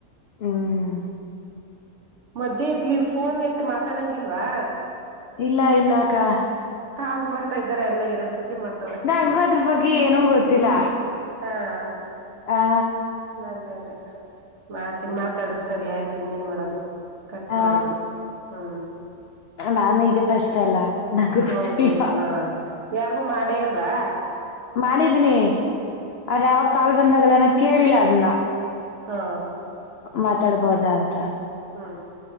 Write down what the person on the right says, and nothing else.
ಮದೆ ಇದಲಿ ಫೋನ್ ಎತ್ ಮಾತಾಡಂಗಿಲ್ವಾ.
ಹಾ ಮಾಡ್ತಾ ಇದಾರೆ ಅಣ್ಣ. ಎರಡ್ ಸತಿ ಮಾಡ್ತವ್ರೆ
ಹಾ
ಅದೇ ಅದೇ ಮಾಡ್ತೀನಿ ಮಾತಾಡು ಸರಿ ಆಯ್ತೀನಿ ಏನ್ ಮಾಡೋದು. ಕಟ್
ಮಾಡಿದ್ರು ಹ್ಞೂ
ಹೌದು ಹ ಯಾರಿಗೂ ಮಾಡೇ ಅಲ್ವಾ.
ಹಾ.
ಹ್ಞೂ